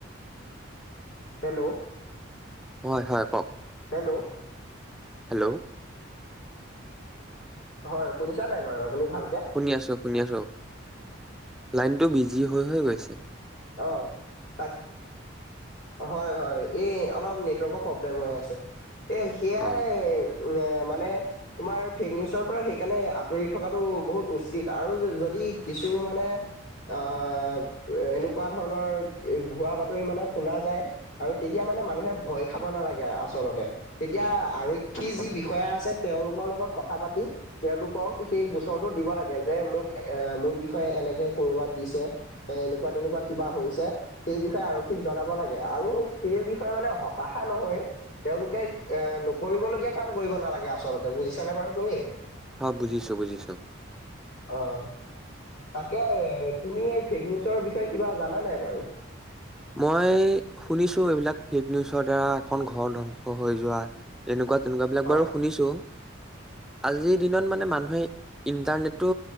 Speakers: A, on the left (about 75°); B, in the centre.
A: হেল্ল'।
B: হয়, হয়, কওঁক।
A: হেল্ল'।
B: হেল্ল'।
A: হয়, শুনিছা নাই বাৰু? আপুনি ভালকে?
B: শুনি আছো শুনি আছো। লাইনতটো বিজি হৈ হৈ গৈছে।
A: অ', তাক হয়, হয়, এই অলপ নেটৱৰ্কৰ প্ৰব্লেম হৈ আছে। এ সেয়াই
B: অ
A: এ মানে তোমাৰ ফেক নিউজৰ পৰা সেইকাৰণে আঁতৰি থকাাতটো বহুত উচিত আৰু যদি কিছু মানে অ' এনেকুৱা ধৰণৰ ভুৱা বাতৰি মানে শুনা যায় আৰু তেতিয়া মানে মানুহে ভয় খাব নালাগে আচলতে। তেতিয়া আৰক্ষী যি বিষয়া আছে তেওঁলোকৰ লগত কথা পাতি তেওঁলোকক সেই গোচৰটো দিব লাগে। যে মোক এ মোৰ বিষয়ে এনেকে কৰবাত দিছে এ এনেকুৱা তেনেকুৱা কিবা হৈছে। সেই বিষয়ে আৰক্ষী জনাব লাগে আৰু সেই বিষয়ে মানে হতাশা নহয়। তেওঁলোকে এ নকৰিবলগীয়া কাম কৰিব নালাগে আচলতে বুজিছ নে বাৰু তুমি?
B: হয়, বুজিছো বুজিছো।
A: অ'। তাকে তুমি এই ফেক নিউজৰ বিষয়ে কিবা জানা নাই বাৰু?
B: মই শুনিছো এইবিলাক ফেক নিউজৰ দ্বাৰা এখন ঘৰ ধ্বংস হৈ যোৱা এনেকুৱা তেনেকুৱাবিলাক
A: হয়।
B: বাৰু শুনিছো।
A: <inaudible>
B: আজিৰ দিনত মানে মানুহে ইণ্টাৰনেটটো